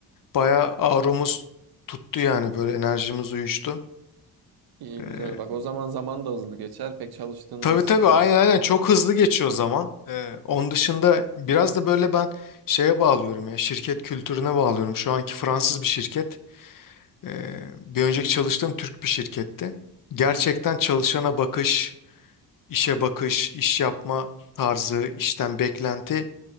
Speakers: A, on the left; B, on the right.
A: Bayağı ağrımız tuttu yani böyle enerjimiz uyuştu.
B: İyi
A: Ee,
B: güzel. Bak o zaman zaman da hızlı geçer. Pek çalıştığında
A: tabii
B: hissetmezsin.
A: tabii aynen aynen çok hızlı geçiyor zaman. Ee, onun dışında biraz da böyle ben şeye bağlıyorum ya şirket kültürüne bağlıyorum. Şu anki Fransız bir şirket. Ee, bir önceki çalıştığım Türk bir şirkette. Gerçekten çalışana bakış, işe bakış, iş yapma tarzı, işten beklenti